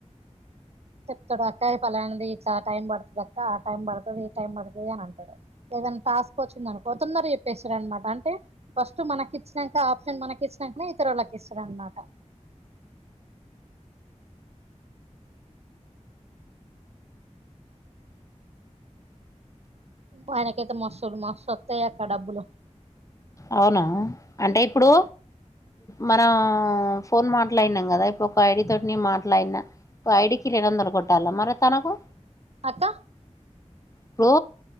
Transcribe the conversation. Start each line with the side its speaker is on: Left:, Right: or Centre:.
Right: చెప్తాడు అక్కయి పలానిది ఇట్లా టైం పడుతది అక్క ఆ టైం పడుతది ఈ టైం పడుతది అని అంటాడు, ఏదైనా టాస్క్ వచ్చింది అనుకో తొందర చెప్పేస్తాడు, అనమాట అంటే ఫస్ట్ మనకి ఇచ్చినాంక ఆప్షన్ మనకి ఇచ్చినాకనే ఇతరులకి, ఇస్తాడు అనమాట మనకైతే మసూరు మస్ వోత్తయ్యా అక్క డబ్బులు
Left: అవునా అంటే ఇప్పుడు మనం ఫోన్ మాట్లాడినాం కదా ఇప్పుడు ఒక ఐడి తోటి మాట్లాడినా, ఓ ఐడికి ఎనిమిది వందలు కొట్టాలా మరి తనకు
Right: అక్క
Left: ఇప్పుడు